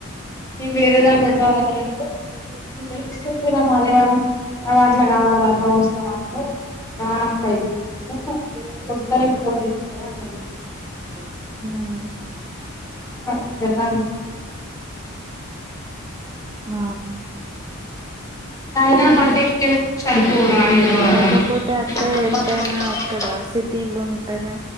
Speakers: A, on the left (about 15°); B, on the right (about 20°).
A: నేన్ వేరే దాంట్లో జాయింకాలే
B: <unintelligible>
A: <unintelligible> అట్లా కావాలి అట్లా వస్తవా అంటే రానప్ప ఇటు
B: ఉమ్,
A: <unintelligible> ఫోన్ చేసిందే అన్నది
B: మ్
A: నడు లెమ్మను
B: ఆ
A: అయినా పట్టించుకోకుండా సరిపోవురా హైదరాబాద్
B: కాకపోతే అక్క ఎంతైనా
A: ల
B: అక్కడ సిటీలుంటేనే